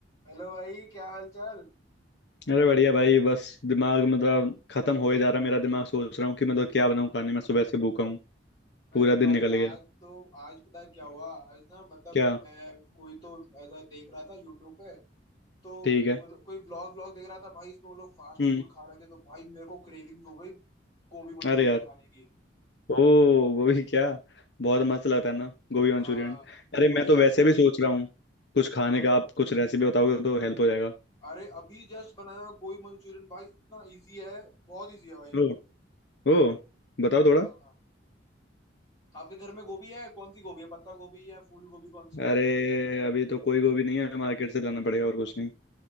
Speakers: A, on the left; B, on the left.
A: Hello भाई क्या हाल चाल
B: अरे बढ़िया भाई बस दिमाग मतलब खत्म होए जा रहा है मेरा दिमाग सोच रहा हूँ कि मतलब क्या बनाऊँ खाने में सुबह से भूखा हूँ
A: अरे
B: पूरा दिन
A: भाई
B: निकल
A: आज
B: गया
A: तो आज पता है क्या हुआ आज ना मतलब
B: क्या
A: मैं कोई तो ऐसा देख रहा था यूट्यूब पे तो
B: ठीक
A: वो-
B: है
A: कोई व्लॉग व्लॉग देख रहा था भाई इसमें वो लोग फास्ट
B: हम्म
A: फूड खा रहे थे तो भाई मेरे को क्रेविंग्स हो गई गोभी मंचूरियन
B: अरे यार
A: खाने की
B: ओ गोभी क्या बहुत मस्त लगता है ना गोभी मंचूरियन
A: हाँ
B: अरे
A: भाई
B: मैं तो
A: और
B: वैसे भी सोच रहा हूँ कुछ खाने
A: हाँ,
B: का आप कुछ रेसिपी बताओगे तो हेल्प हो जाएगा
A: अरे अभी जस्ट बनाया गोभी मंचूरियन भाई इतना इजी है बहुत इजी है भाई
B: ओ ओ बताओ थोड़ा
A: हाँ आपके घर में गोभी है कौन सी गोभी है पत्ता गोभी है फूल गोभी कौन सी है
B: अरे अभी तो कोई गोभी नहीं है मार्केट से लाना पड़ेगा और कुछ नहीं